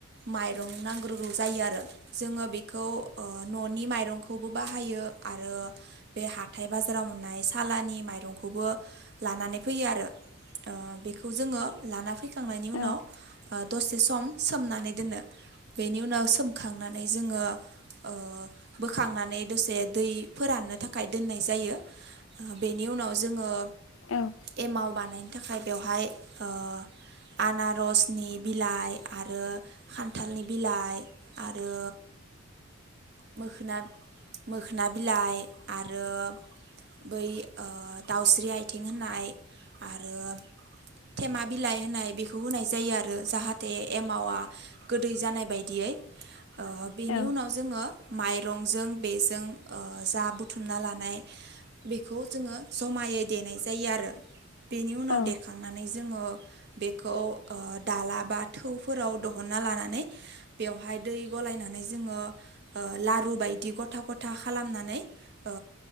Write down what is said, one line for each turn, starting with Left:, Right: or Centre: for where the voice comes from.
Right: माइरं नांग्रोगौ जायो आरो जोंङो बेखौ ओ न'नि माइरंखौबो बाहायो। आरो बे हाथाय बाजाराव मो नाय सालानि माइरंखौबो लानानै फैयो आरो। ओ बेखौ जोंङो लाना फैखांनायनि उनाव
Left: औ
Right: ओ दसे सम सोमनानै दोनो। बेनि उनाव सोमखांनानै जोंङो ओ बोखांनानै दसे दै फोराननो थाखाय दोननाय जायो बेनि उनाव जोंङो
Left: औ
Right: एमाव बानायनो थाखाय बेवहाय ओ आनारसनि बिलाइ आरो खान्थालनि बिलाइ आरो मोखोना मोखोना बिलाइ आरो बै ओ दाउस्रि आथिं होननाय आरो थेमा बिलाइ होननाय बेखौ होनाय जायो। आरो जाहाथे एमावा गोदै जानाय बायदियै <inaudible> ओ बेनि
Left: औ
Right: उनाव जोङो माइरंजों बेजों जा बुथुमना लानाय बेखौ जोङो जमायै देनाय जायो आरो बेनि उनाव
Left: औ औ
Right: देखांनानै जोङो बेखौ ओ दाला बा थोवफोराव दोहन्ना लानानै बेवहाय दै गलायनानै जोङो ओ लारु बायदि गथा गथा खालामनानै ओ